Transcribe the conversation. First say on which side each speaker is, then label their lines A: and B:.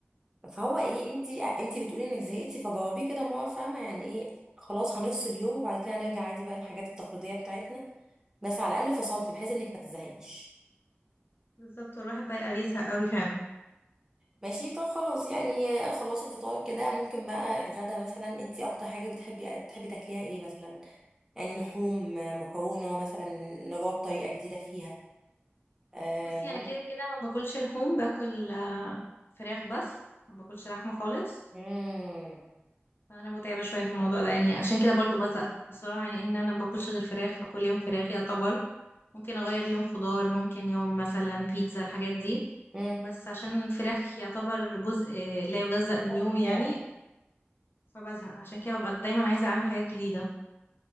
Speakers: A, on the right; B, on the left.
A: فهو ايه انت انت بتقولي انك زهقتي فجاوبيه كده ما هو فاهمه يعني ايه خلاص هنفصل يوم وبعد كده هنرجع عادي بقى الحاجات التقليديه بتاعتنا بس على الاقل فصلت بحيث انك ما تزهقيش
B: بالظبط والواحد بقى يزهق قوي فعلا
A: ماشي طب خلاص يعني آه، خلاص الفطار كده ممكن بقى الغدا مثلا انت اكتر حاجه بتحبي بتحبي تاكليها ايه مثلا يعني لحوم آه، مكرونه مثلا نجرب طريقه جديده فيها آه،
B: بصي أنا كده كده ما باكلش لحوم باكل آه، فراخ بس ما باكلش لحمة خالص
A: مم.
B: فأنا متعبة شوية في الموضوع ده يعني عشان كده برضو بزهق بسرعة يعني إن أنا ما باكلش غير فراخ فكل يوم فراخ يعتبر ممكن أغير يوم خضار ممكن يوم مثلا بيتزا الحاجات دي
A: مم.
B: بس عشان الفراخ يعتبر جزء آه، لا يجزأ من يومي
A: بتاعي.
B: يعني فبزهق عشان كده ببقى دايما عايزة أعمل حاجات جديدة